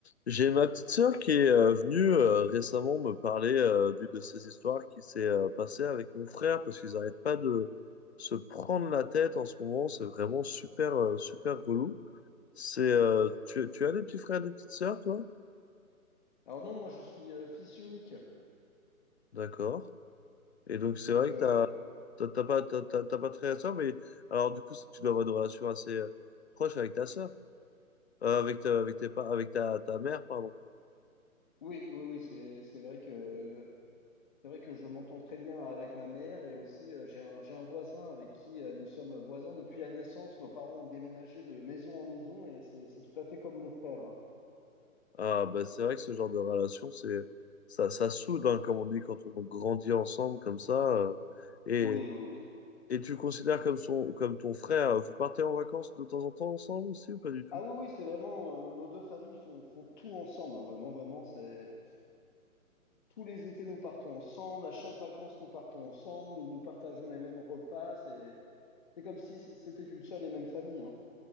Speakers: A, on the left (about 45°); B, on the left (about 30°).
A: J'ai ma petite sœur qui est euh, venue euh, récemment me parler euh, d'une de ces histoires qui s'est euh, passée avec mon frère parce qu'ils n'arrêtent pas de se prendre la tête en ce moment. C'est vraiment super, euh, super relou. C'est, euh, tu, tu as des petits frères, des petites sœurs, toi?
B: Alors non, moi je suis euh, fils unique.
A: D'accord. Et donc, c'est
B: Donc
A: vrai
B: euh,
A: que t'as, t'as, t'as pas, t'as, t'as- t'as pas de frère et sœur, mais alors, du coup, c'est- que tu dois avoir une relation assez euh, proche avec ta sœur, Euh, avec, ta- avec tes, pa- avec ta, ta mère, pardon.
B: oui, oui, oui, c'est c'est vrai que c'est vrai que je m'entends très bien avec ma mère et aussi euh, j'ai un j'ai un voisin avec qui euh, nous sommes voisins depuis la naissance. Nos parents ont déménagé de maison en maison et c'est c'est tout à fait comme mon frère. hein.
A: Ah, bah, c'est vrai que ce genre de relation, c'est, ça, ça soude, hein, comme on dit, quand on grandit ensemble comme ça. euh, et,
B: Oui, oui, oui.
A: et tu le considères comme son, comme ton frère, euh, vous partez en vacances de temps en temps ensemble aussi ou pas du tout?
B: Ah oui, oui, c'est vraiment euh, nos deux familles font font tout ensemble. hein, vraiment, vraiment, c'est tous les étés nous partons ensemble. À chaque vacances nous partons ensemble. Nous nous partageons les mêmes repas. C'est c'est comme si c'est- c'était une seule et même famille. hein.